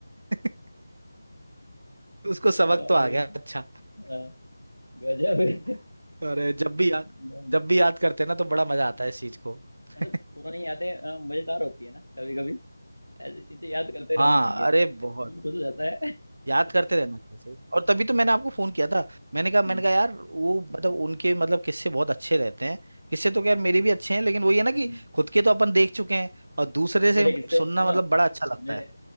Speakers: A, on the right; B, on the left.
A: <laughs> उसको सबक
B: वाह
A: तो आ
B: भाई वाह
A: गया अच्छा
B: हाँ, गजब है।
A: <laughs> अरे जब भी याद
B: मतलब
A: जब भी याद करते हैं ना तो बड़ा मजा आता है इस चीज को <laughs>
B: पुरानी यादें अ, मजेदार होती है ना कभी कभी ऐसी चीजें याद करते
A: हाँ
B: रहना चाहिए
A: अरे बहुत
B: मन खुश हो जाता है
A: याद करते रहना चाहिए और तभी तो मैंने आपको फोन किया था मैंने कहा मैंने
B: हम्म,
A: कहा यार वो मतलब उनके मतलब किस्से बहुत अच्छे रहते हैं किस्से तो खैर मेरे भी अच्छे हैं लेकिन वही है ना कि
B: हम्म।
A: खुद के तो अपन देख चुके हैं और दूसरे
B: मेरे
A: से
B: किस्से
A: सुनना
B: सुनो
A: मतलब बड़ा अच्छा लगता
B: मेरे
A: है